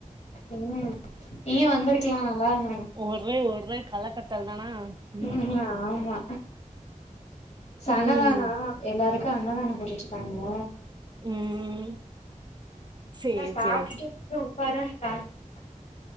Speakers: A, on the left; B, on the right.
A: ம் நீயு வந்துருக்கலா நல்லா இருந்
B: ஓரே ஓரே கலக்கட்டல் தானா ம்
A: ம்ம் ஆமா சனதானா
B: ம்
A: எல்லாருக் கு அண்ணதானோ புடிச்சுடானுங்க
B: ம் சேரி
A: அதா சாப்டுட்டு
B: சேரி
A: வந்து உக்கார டானுங்க